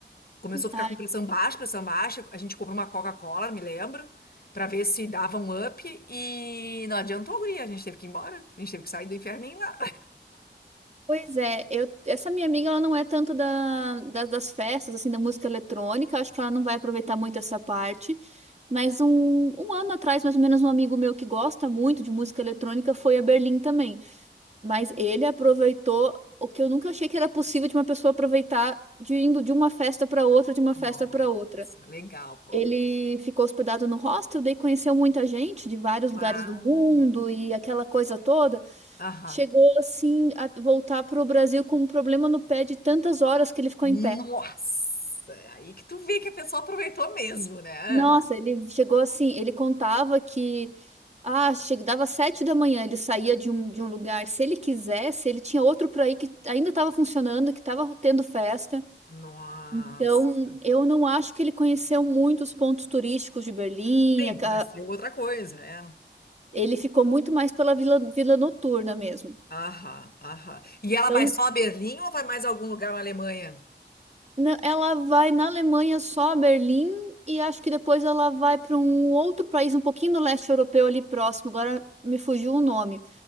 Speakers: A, on the left; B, on the right.
A: Começou a ficar
B: Ah,
A: com pressão baixa, pressão baixa. A gente comprou uma Coca-Cola, me lembro, pra ver se dava um up. E não adiantou, guria. A gente teve que ir embora. A gente teve que sair do inferninho lá.
B: Pois é, eu, essa minha amiga ela não é tanto da, da- das festas, assim, da música eletrônica, acho que ela não vai aproveitar muito essa parte. Mas um, um ano atrás, mais ou menos, um amigo meu que gosta muito de música eletrônica foi a Berlim também. Mas ele aproveitou o que eu nunca achei que era possível de uma pessoa aproveitar de indo de uma festa para outra,
A: <laughs>
B: de uma
A: Nossa,
B: festa para outra.
A: legal, pô.
B: Ele ficou hospedado no hostel, daí conheceu muita gente de vários lugares
A: Uau.
B: do mundo e aquela coisa toda.
A: Aham.
B: Chegou assim a voltar para o Brasil com um problema no pé de tantas horas que ele ficou
A: Nossa,
B: em pé.
A: aí que tu vê que a pessoa aproveitou mesmo, né?
B: Nossa, ele chegou assim, ele contava que ah, chegava dava sete da manhã, ele saía de um, de um lugar, se ele quisesse, ele tinha outro por aí que ainda estava funcionando, que estava tendo festa.
A: Nossa.
B: Então, eu não acho que ele conheceu muito os pontos turísticos de Berlim,
A: Sim,
B: a-
A: conhecer
B: a-
A: outra coisa, é.
B: ele ficou muito mais pela vila, vila noturna mesmo.
A: Aham, aham. E ela
B: Então,
A: vai só a Berlim ou vai mais a algum lugar na Alemanha?
B: Não, ela vai na Alemanha só a Berlim e acho que depois ela vai para um outro país um pouquinho no leste europeu ali próximo. Agora me fugiu o nome.